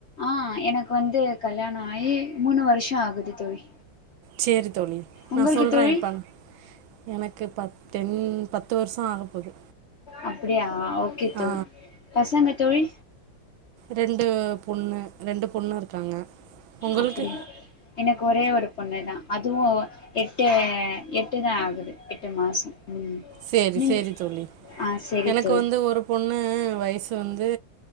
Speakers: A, on the left (about 55°); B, on the right (about 80°).
A: ஆஹ் எனக்கு வந்து கல்யாணாயி மூணு வருஷோ ஆகுது தோழி
B: சேரி தோழி நா
A: உங்களுக்கு
B: சொல்றே
A: தோழி
B: எப்பன் எனக்கு பத் தென் பத்து வர்சோ ஆகப் போது
A: அப்புடியா ஆ ஓகே தோழி
B: ஆ
A: பசங்க தோழி
B: ரெண் டு பொண்ணு ரெண்டுப் பொண்ணு இருக்காங்க உங்களுக்கு
A: அப்புடி எனக்கு ஒரே ஒரு பொண்ணு தா அதுவு எட்டு எட் டு தா ஆகுது எட்டு மாசோ ம்
B: சேரி
A: நீங்க
B: சேரி தோழி
A: ஆ சேரி
B: எனக்கு
A: தோழி
B: வந்து ஒரு பொண்ணு வயசு வந்து